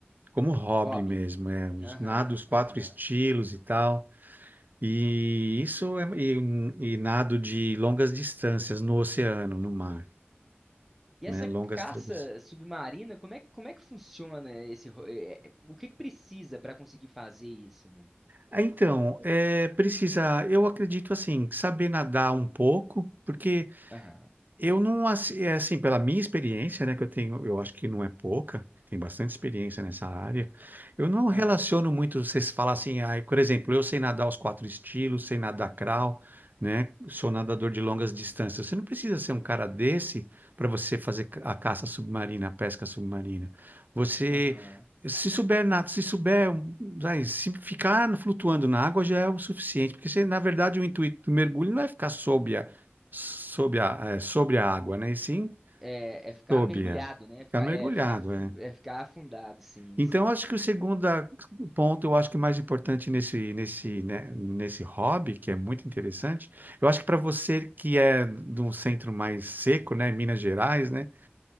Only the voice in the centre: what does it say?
Hobby.
Aham,
aham.
E
essa
caça
submarina, como é, como é que funciona esse. ro- é, é, O que que precisa para conseguir fazer isso, mano?
Aham,
aham,
aham.
É, é ficar
mergulhado,
né? É ficar,
é, ficar, afu-
é ficar afundado, sim,
sim.